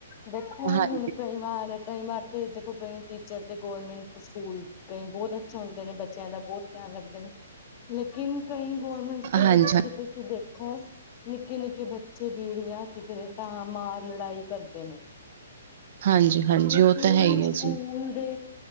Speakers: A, on the left; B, on the right.
A: ਦੇਖੋ
B: ਹਾਂਜੀ
A: ਹੁਣ ਕਈ ਵਾਰ ਕਈ ਵਾਰ ਤੇ ਦੇਖੋ, ਕਈ ਟੀਚਰ ਤੇ ਗੌਰਮੈਂਟ ਸਕੂਲ ਬੋਤ ਚੁਣਦੇ ਨੇ ਬੱਚਿਆਂ ਦਾ ਬੋਤ ਧਿਆਨ ਰੱਖਦੇ ਨੇ ਲੇਕਿਨ ਕਈ ਗੌਰਮੈਂਟ ਸਕੂਲ
B: ਹਾਂਜੀ
A: ਦੇ ਬੱਚੇ ਤੁਸੀਂ ਦੇਖੋ ਨਿੱਕੇ-ਨਿੱਕੇ ਬੱਚੇ ਬੀੜੀਆਂ, ਸਿਗਰਟਾਂ, ਮਾਰ, ਲੜਾਈ ਕਰਦੇ ਨੇ,
B: ਹਾਂਜੀ ਹਾਂਜੀ
A: ਕਿਉਂਕਿ
B: ਉਹ ਤਾਂ ਹੈ ਹੀ ਹੈ
A: ਸਕੂਲ
B: ਜੀ
A: ਦੇ